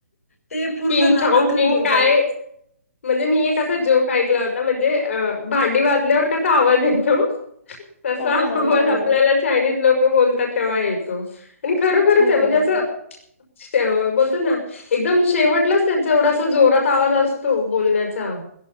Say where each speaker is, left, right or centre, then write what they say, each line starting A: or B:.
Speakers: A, on the left; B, on the left.
A: ते पूर्ण
B: किम
A: नाकातून
B: छाऊ किम
A: बोलतात.
B: काय म्हणजे मी एक असा जोक ऐकला होता म्हण म्ह भांडी वाजल्यावर कसा आवाज येतो तसा
A: हो,
B: आवा
A: हो, हो, बरोबर.
B: आपल्याला चायनीज लोक बोलतात तेव्हा येतो आणि खरोखरच
A: हो,
B: आहे म्हणजे
A: बरोबर.
B: असं बोलतात ना एकदम शेवटलाच त्यांचा एवढा अस जोरात आवाज असतो बोलण्याचा